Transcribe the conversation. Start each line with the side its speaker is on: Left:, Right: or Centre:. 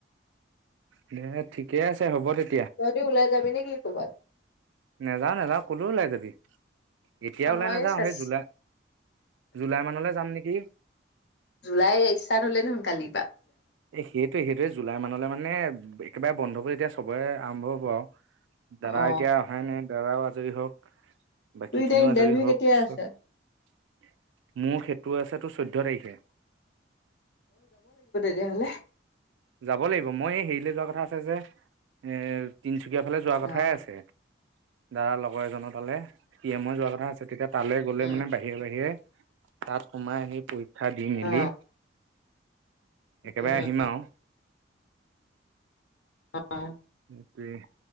Right: <unintelligible> এ ঠিকে আছে হ'ব দে।
Left: তি ওলাই যাবি নে কি ক'ৰবাত?
Right: নাযাও নাযাওঁ কলেও ওলাই যাবি এতিয়া
Left: নহয়
Right: ওলাই নাযাওঁ
Left: চেচ
Right: সেই জোলাই জুলাই মানলৈ যাম নেকি।
Left: জুুলাই ষ্টাত হ'ল দেখোন কালি।
Right: এ সেইটোৱে সেইটয়ে জুলাই মানলৈ মানে একেবাৰে বন্ধবোৰ যেতিয়া চবেই আৰম্ভ হ'ব আৰু দাদা
Left: অ
Right: এতিয়া অহাই নাই দাদাও আজৰি হওক, বাকখিনিও
Left: তোৰ এতিয়া ইণ্টাৰভিউ
Right: আজৰি হওক,
Left: কেতিয়া
Right: চব-
Left: আছে
Right: মোৰ সেতু আছে তো চৈধ্য তাৰিখে।
Left: যে হলে।
Right: যাব লাগিব মই হেৰিলৈ যোৱা কথা আছে যে এ তিন চুকীয়া ফালে যোৱা কথাই
Left: অ
Right: আছে দাদাৰ লগৰ এজন তালে কি মই যোৱা কথা কথা আছে। তেতিয়া তালৈ গ'লে
Left: উম
Right: মানে বাহিৰে বাহিৰে তাত সোমাই আহি পৰীক্ষা দি মেলি
Left: অ
Right: একেবাৰে
Left: উম
Right: আহিম আৰু
Left: অ
Right: সেইটো